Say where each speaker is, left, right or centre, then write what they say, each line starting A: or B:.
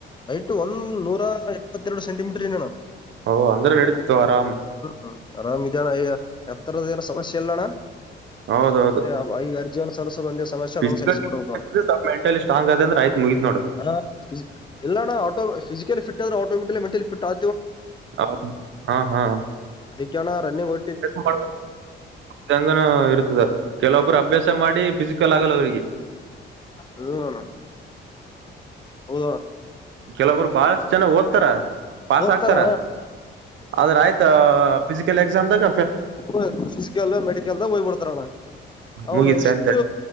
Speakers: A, on the left; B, on the right.
A: ಐಟ್ ಒಂದ್ ನೂರ ಇಪ್ಪತ್ತೆರಡು ಸೆಂಟಿಮೀಟರ್ ಏನನ
B: ಓಹ ಅಂದರ ನಡತ ವಾರಾಮ
A: ಹ್ಮ್ ಆರಾಮ್ ಇದಣ್ಣ ಎತ್ತರದ ಏನ ಸಮಸ್ಯೆ ಇಲ್ಲಣ್ಣ
B: ಹೌದೌದು
A: ಅದೇ ಈ ಅರ್ಜವನ ಸರಸ್ವತಂ ಸಮೇಶ ಅದೊಂದು
B: ಫಿಸಿಕಲಿ
A: ಸಲ್ಲಿಸಿಬಟ್ಟು ನತಣ
B: ಸ್ವಲ್ಪ ಮೆಂಟಲಿ ಸ್ಟ್ರಾಂಗ್ ಅದ ಅಂದ್ರೆ ಆಯ್ತು ಮುಗೀತ್ ನೋಡು
A: ಹ ಎಲ್ಲ್ಆಟೋ ಫಿಸಿಕಲಿ ಫಟ್ ಆದ್ರೆ ಆಟೋಮೆಟಿಲಿ ಮೆಟಲಿ ಫಿಟ್ ಆ
B: ಹೌ ಹಾ ಹಾ
A: ಅದ ರಿಂಗ್
B: ಮಾಡ ಮಂಗ ಇರುತದೆ ಕೆಲವೊಬ್ಬರು ಅಭ್ಯಾಸ ಮಾಡಿ ಫಿಸಿಕ್ ಕ್ಕಲಾಗಲ್ಲ ಅವರಿಗೆ
A: ಹ ಹೇಳ ಹಓ
B: ಕೆಲವರು ಬಹಳಷ್ಟು ಜನ ಓದ್ತಾರ ಪಸ್
A: ಓದ್ತಾರ
B: ಆಾಕ್ತಾರ ಆದ್ರ ಆಯ್ತಾ ಫಿಸಿಕಲ್ ಎಕ್ಸಾಮ್ ದಾಗ
A: ಹ ಫಿಸಿಕಲ್ ಮೆಡಿಕಲ್ದ ಹಯ್ಬಡ್ತಾರಣ್ಣ ಅವರು
B: ಮುಗೀತ್
A: ಎಷ್ಟು
B: ಸಂತೆ